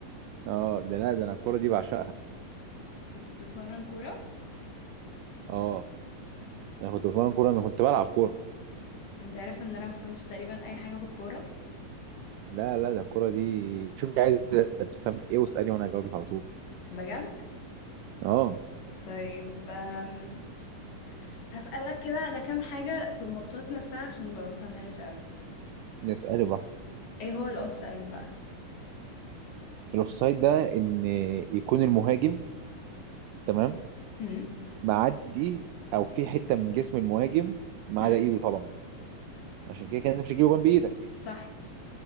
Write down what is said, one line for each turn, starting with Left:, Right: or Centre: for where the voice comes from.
Right: اه ده لا ده انا الكوره دي بعشقها
Left: كنت بتتمرن كوره
Right: اه انا كنت بتمرن كوره انا كنت بلعب كوره
Left: انت عارف ان انا ما بفهمش تقريبا اي حاجه في الكوره
Right: لا لا ده الكوره دي شوفي عايز تفهمي في ايه واسالي وانا هجاوبك على طول
Left: بجد
Right: اه
Left: طيب آم، هسألك كده على كام حاجه في الماتشات نفسها عشان ما بفهمهاش قوي
Right: اسالي براحتك
Left: ايه هو الاوفسايد بقى
Right: الاوفسايد ده ان يكون المهاجم تمام
Left: امم
Right: معدي او في حته من جسم المهاجم ما
Left: امم
Right: عدا ايده طبعا عشان كده كان انت مش هيجيبوا جنب ايدك
Left: صح